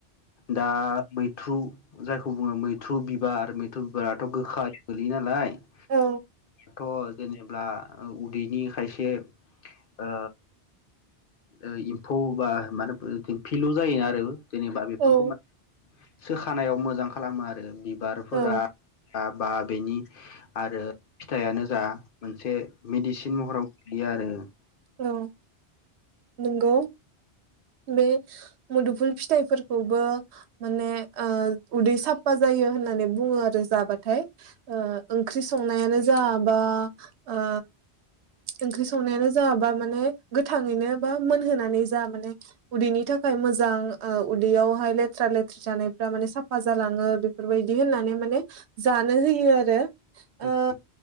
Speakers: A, on the left; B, on the right.
A: दा मैथ्रु जायखौ बुङो मैथ्रु बिबार मैथ्रु फोराथ' गोखा <inaudible> गोलैयो नालाय <inaudible>
B: औ
A: थ' जेनोब्ला उदैनि खायसे ओ ओ एम्फौ बा मानेबो थम फिल' जायोना आरो जेनेबा बेफोरखौ
B: औ
A: मा सोखानायाव मोजां खालामो आरो बिबारफोरा
B: औ
A: बा बेनि आरो फिथाइआनो जा मोनसे मेडिसिन महराव दि आरो
B: औ नंगौ। बे मोदुफुल फिथाइफोरखौबो माने ओ उदै साफा जायो होननानै बुङो आरो जाबाथाय। ओ ओंख्रि संनायानो जा बा ओ ओंख्रि संनायानो जा बा माने गोथाङैनो बा मोनहोनानै जा माने उदैनि थाखाय मोजां ओ उदैयावहाय लेथ्रा लेथ्रा जानायफ्रा माने साफा जालाङो। बेफोरबायदि होननानै माने जानो होयो आरो
A: <unintelligible>
B: ओ